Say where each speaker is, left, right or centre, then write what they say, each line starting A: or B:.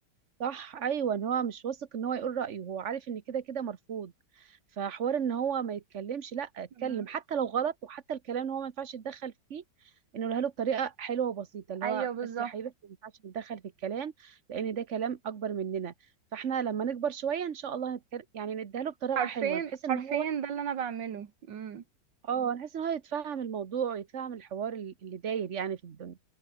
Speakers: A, on the right; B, on the right.
A: صح ايوه ان هو مش واثق ان هو يقول رايه هو عارف ان كده كده مرفوض فحوار ان هو ما يتكلمش لا اتكلم
B: مم.
A: حتى لو غلط وحتى الكلام ان هو ما ينفعش يتدخل فيه انه يقولها له بطريقه حلوه وبسيطه اللي
B: ايوه
A: هو
B: بالظبط
A: بس يا حبيبي احنا ما ينفعش نتدخل في الكلام لان ده كلام اكبر مننا فاحنا لما نكبر شويه ان شاء الله هنتكلم يعني نديها له بطريقه
B: حرفيا
A: حلوه بحيث ان
B: حرفيا
A: هو
B: ده اللي انا بعمله مم.
A: اه بحيث ان هو يتفهم الموضوع ويتفهم الحوار اللي اللي داير يعني في الدنيا